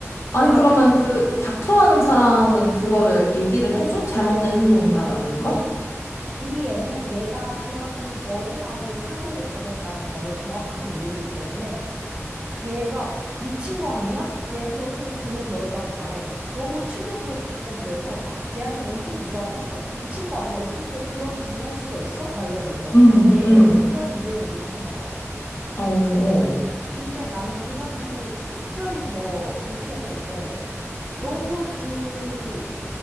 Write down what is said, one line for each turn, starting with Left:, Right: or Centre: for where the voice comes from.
Left: 아니,
Right: 근데 나는
Left: 그러면 그
Right: 어,
Left: 닥터라는 사람은 그거를 얘기를 해줘? 잘못된 행동이다라는 걸?
Right: 이 애는 얘가 그런 어린아이의 사고를 가졌다는 거를 정확하게 모르기 때문에 얘가 "헉, 미친 거 아니야? 얘가 그렇게 해서 돈을 벌었다는 말에 너무 충격을 받고 그래서 "헉, 얘한테 엄청 뭐라고 한 거야. 미친 거 아니야? 어떻게 그런 짓을 할 수가 있어? 막 이러면서.
Left: 응,
Right: 그러니까 얘를
Left: 응,
Right: 온전히 이해를 못 하는 거야.
Left: 어, 어,
Right: 근데 나는 그 장면이 특별히 더 불쾌했던 게 너무 그